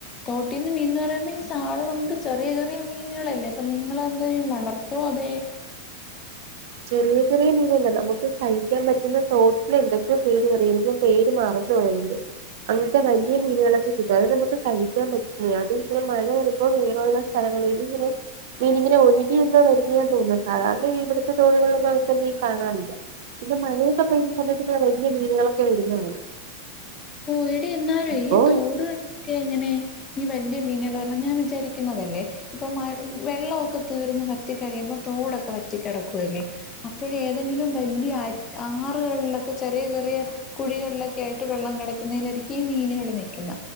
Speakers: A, on the left; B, on the right.
A: തോട്ടീന്ന് മീൻ പറയുമ്പം സാള് നമുക്ക് ചെറിയ ചെറിയ മീനുകളല്ലേ അപ്പൊ നിങ്ങളെന്തെയ്യും വളർത്തോ അതെ
B: ചെറിയ ചെറിയ മീനല്ല നമുക്ക് കഴിക്കാൻ പറ്റുന്ന തോട്ടിലുന്തൊക്കെ പേര് പറയും പേര് മറന്ന് പോയി അയ്ന്റെ അങ്ങനത്തെ വലിയ മീനുകളൊക്കെ കിട്ടും അത് നമുക്ക് കഴിക്കാൻ പറ്റുന്ന അത് ഇങ്ങനെ മഴ വരുമ്പോൾ മീനുള്ള സ്ഥലങ്ങളും ഇങ്ങനെ മീൻ ഇങ്ങനെ ഒഴുകിയ എന്തോ വരുന്ന ഞാൻ തോന്നാം സാധാരണ ഇവി ഇപ്പം തോടികൾളൊന്നുംഅങ്ങനത്തെ മീൻ കാണാറില്ല പിന്നെ മഴയൊക്കെ പെയ്യുന്ന സമയത്ത് വലിയ മീന്കളൊക്കെ വരുന്നത് കാണാം
A: പോയിടി എന്നാലും
B: അപ്പൊ
A: ഈ തോടുകളിലൊക്കെ എങ്ങനെ ഈ വലിയ മീനുകള് പറഞാലെ ഞാൻ വിചാരിക്കുന്നതല്ലേ ഇപ്പൊ മഴ വെള്ളമൊക്കെ തീർന്ന് വറ്റി കഴിയുമ്പോൾ തോടൊക്കെ വറ്റി കിടക്കുവല്ലേ അപ്പോയേ ഏതെങ്കിലും വലിയ ആറുകളിലൊക്കെ ചെറിയ ചെറിയ കുഴികളിലൊക്കെ ആയിട്ട് വെള്ളം കിട <unintelligible> ഈ മീനുകൾ നൽക്കുന്ന